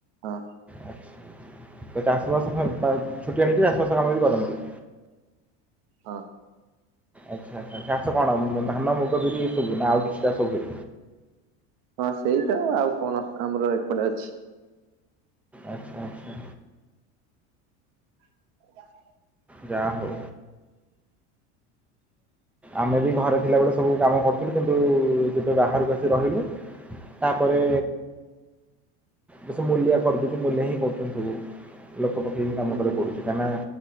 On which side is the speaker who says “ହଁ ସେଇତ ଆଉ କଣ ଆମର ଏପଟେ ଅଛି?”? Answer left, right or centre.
Right